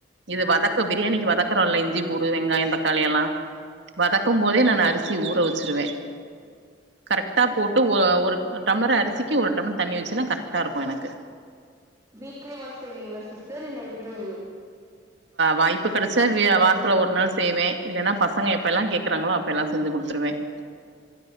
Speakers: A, on the right (about 70°); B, on the right (about 20°).
A: இது வதக்க பிரியாணிக்கு வதக்கறோம்ல்ல இஞ்சி பூண்டு வெங்காயம் தக்காளி எல்லாம் வதக்கும் போதே நான் அரி சி ஊற வெச்சுருவே கரெக்டா போட்டு ஒ ஒரு டம்ளர் அரிசிக்கு ஒரு டம்ளர் தண்ணி வெச்சுருவே கரெக்டா இருக்கும் எனக்கு
B: வீக்லி ஒன்ஸ் செய்வீங்ளா சிஸ்டர் இல்ல எப்பிடி
A: வாய்ப்பு கிடைச்ச வாரத்துல ஒரு நாள் செய்வே இல்லைன்னா பசங்க எப்பெல்லாம் கேக்குறாங்களோ அப்ப எல்லாம் செஞ்சு குடுத்துருவேன் <inaudible>